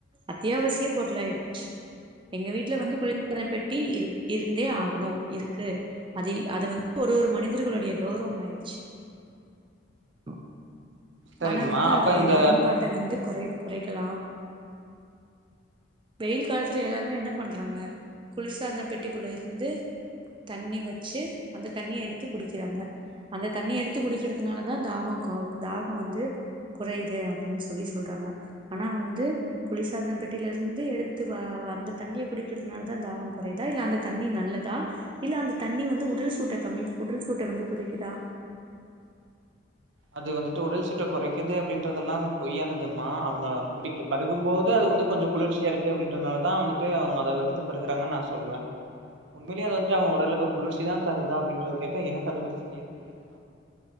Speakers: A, on the right; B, on the right.
A: அத்தியாவசிய பொருள்ளாயிருச்சு எங்க வீட்ல வந்து குளிர்சாதனபெட்டி இரு இருந்தே ஆகணு இருக்கு அதை அத வந்து ஒரு ஒரு மனிதர்களுடைய கௌரோம் ஆய்ருச்சு அ
B: சரிங்கம்மா.
A: ஆனா வந்து அதோடைய
B: அப்ப இந்த
A: பயன்பாட்ட வந்து குறை குறைக்கலா வெயில் காலத்துல எல்லாருமே என்ன பண்றாங்க குளிர்சாதன பெட்டிக்குள்ள இருந்து தண்ணி வச்சு அந்த தண்ணிய எடுத்து குடிக்கிறாங்க அந்த தண்ணி எடுத்து குடிக்கிறதுனால தாகொ கோ தாகொ வந்து குறையுது அப்படின்னு சொல்லி சொல்றாங்க ஆனா வந்து குளிர்சாதன பெட்டியிலிருந்து எடுத்து வ வந்து தண்ணிய குடுச்சுடு அதனாலதா தாகொ கொறையுதா இல்ல அந்த தண்ணி நல்லதா இல்ல அந்த தண்ணி வந்து உடல் சூட்ட கம்மி உடல் சூட்ட வந்து குறைக்குதா
B: அது வந்துட்டு உடல் சுட்ட குறைக்குது அப்படின்றதெல்லா அவங்க பொய்யானதுமா அவங்க குடிக்க பருகும்போது அது வந் வந்து கொஞ்ஜோ குளிர்ச்சியாருக்கு அப்படின்றனாலதா வந்துட்டு அவங்க அத எடுத்து பருகுறாங்கன் நா சொல்வே உண்மையிலயே அதது வந்துட்டு அவ உடலுக்கு குளிர்ச்சி தா தருதா அப்டின்றது கேட்டா எனக்கு அத பத்தி சரியா தெரியலங்